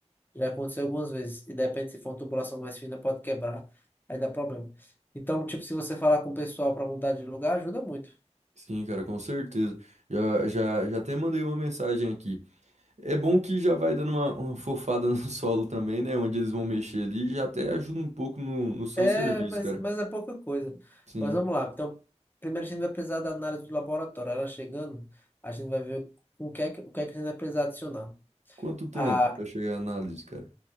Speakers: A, on the left (about 15°); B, on the right (about 75°).
A: Já aconteceu algumas vezes. E depende se for uma tubulação mais fina, pode quebrar. Aí dá problema. Então, tipo, se você falar com o pessoal para mudar de lugar, ajuda muito.
B: Sim, cara, com certeza. Já, já, já até mandei uma mensagem aqui. É bom que já vai dando uma, uma fofada no <laughs> solo também, né? Onde eles vão mexer ali, já até ajuda um pouco no, no seu
A: É,
B: serviço,
A: mas,
B: cara.
A: mas é pouca coisa.
B: Sim.
A: Mas vamos lá. Então, primeiro a gente vai precisar da análise do laboratório. Ela chegando, a gente vai ver o que é que, o que é que a gente vai precisar adicionar.
B: Quanto tempo
A: Ah,
B: para chegar a análise, cara?